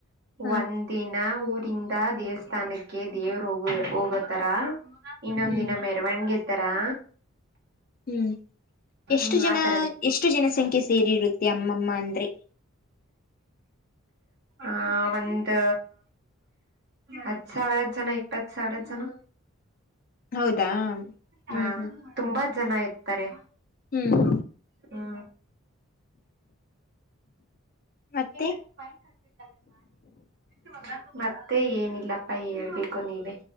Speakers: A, on the left; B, on the right.
A: ಹ
B: ಒಂದ, ದಿನ ಊರಿಂದ ದೇವಸ್ಥಾನಕ್ಕೆ ದೇವರು ಹೋಗ ಹೋಗೋತರ, ಇನ್ನೊಂದಿನ
A: ಹ್ಮ್
B: ಮೆರವಣಿಗೆ ತರಾ,
A: ಹ್ಮ್ ಎಷ್ಟು
B: ಹ್ಮ್
A: ಜನ
B: ಆತರ ಎಲ್ಲ
A: ಎಷ್ಟು ಜನಸಂಖ್ಯೆ ಸೇರಿರುತ್ತೆ ಅಮ್ಮಮ್ಮ ಅಂದ್ರೆ.
B: ಆ ಒಂದ್, ಹತ್ ಸಾವ್ರ ಜನ, ಇಪ್ಪತ್ ಸಾವ್ರ ಜನ,
A: ಹೌದಾ ಹ್ಮ್,
B: ಹಾ
A: ಹ್ಮ್
B: ತುಂಬಾ ಜನ ಇರ್ತಾರೆ
A: ಹ್ಮ್
B: ಹಾ
A: ಮತ್ತೆ
B: <unintelligible> ಮತ್ತೆ ಏನಿಲ್ಲ <unintelligible> ಯ ಹೇಳ್ಬೇಕು ನೀವ